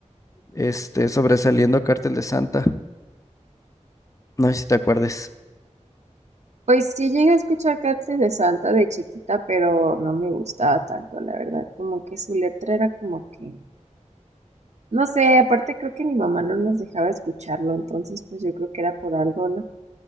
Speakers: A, on the left (about 25°); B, on the right (about 60°).
A: este, sobresaliendo Cártel de Santa. No sé si te acuerdes.
B: Pues sí llegué a escuchar Cártel de Santa de chiquita, pero no me gustaba tanto, la verdad. Como que su letra era como que, no sé, aparte creo que mi mamá no nos dejaba escucharlo, entonces pues yo creo que era por algo, ¿no?